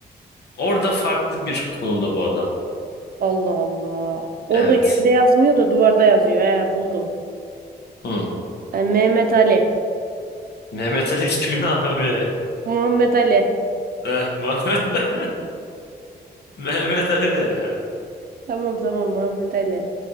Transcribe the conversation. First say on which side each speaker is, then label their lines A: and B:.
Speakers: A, on the left (about 75°); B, on the right (about 60°).
A: orada farklı bir konumda bu adam.
B: Allah Allah. Orada
A: Evet.
B: yerde yazmıyor da duvarda yazıyor. He buldum.
A: Hı.
B: Ay, Mehmet Ali.
A: Mehmet Ali kimin <laughs> abi?
B: Muhammed Ali.
A: Eh, Muhammed. <laughs> Mehmet Ali ne ya?
B: Tamam tamam Muhammed Ali.